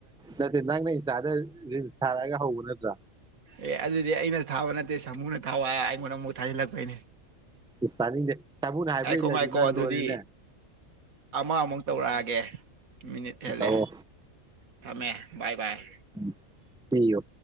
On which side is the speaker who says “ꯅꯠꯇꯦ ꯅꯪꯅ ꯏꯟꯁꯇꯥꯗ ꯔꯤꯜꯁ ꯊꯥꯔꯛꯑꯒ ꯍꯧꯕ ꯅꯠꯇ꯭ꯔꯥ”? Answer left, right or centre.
Centre